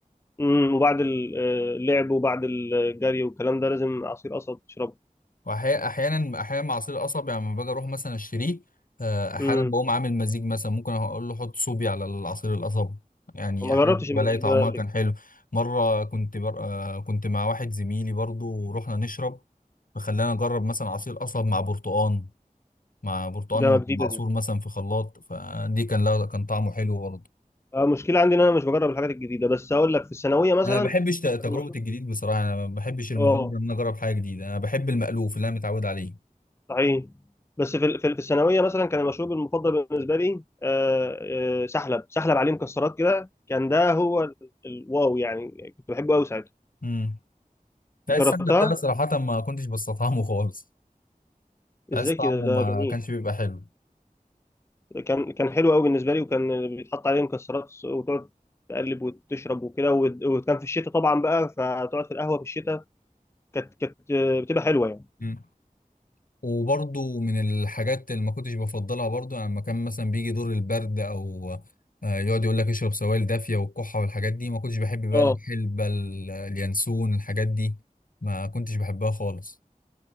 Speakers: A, on the left; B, on the left.
A: امم وبعد ال- آه، اللعب وبعد الجري والكلام ده لازم عصير قصب تشربه
B: واحيانا احيانا احيانا مع عصير القصب يعني لما باجي اروح مثلا اشتريه آه، احيانا
A: امم
B: بقوم عامل مزيج مثلا ممكن اقول له حط صوبي على العصير القصب يعني
A: ما
B: احيانا
A: جربتش
B: بلاقي
A: المزيج
B: طعمها
A: ده قبل
B: كان
A: كده
B: حلو مره كنت بر... آه، كنت مع واحد زميلي برضو ورحنا نشرب فخلانا نجرب مثلا عصير قصب مع برتقان مع برتقان
A: ده جديده
B: معصور
A: دي
B: مثلا في خلاط فدي كان لا كان طعمه حلو برضه
A: آه، المشكله عندي ان انا مش بجرب الحاجات الجديده بس اقول لك في الثانويه مثلا
B: انا ما بحبش ت- تجربه
A: كان المشروب
B: الجديد بصراحه انا ما بحبش المغامره
A: اه
B: ان انا اجرب حاجه جديده انا بحب المألوف اللي انا متعود عليه
A: صحيح بس في ال- في ال- في الثانويه مثلا كان المشروب المفضل بالنسبه لي آه، آه، سحلب سحلب عليه مكسرات كده كان ده هو ال- الواو يعني كنت بحبه قوي ساعتها
B: امم لا
A: جربتها
B: السمنة ده صراحة ما كنتش بستطعمه خالص بحس
A: ازاي
B: طعمه
A: كده ده
B: ما
A: جميل
B: كانش بيبقى حلو
A: كان كان حلو قوي بالنسبه لي وكان بيتحط عليه مكسرات وتقعد تقلب وتشرب وكده وت- وكان في الشتاء طبعا بقى فتقعد في القهوه في الشتاء كانت كانت بتبقى حلوه يعني
B: مم. وبرضو من الحاجات اللي ما كنتش بفضلها برضو يعني لما كان مثلا بيجي دور البرد او آه، يقعد يقول لك اشرب سوائل دافية والكحة والحاجات دي ما كنتش بحب بقى
A: اه
B: الحلبة ال- اليانسون الحاجات دي ما كنتش بحبها خالص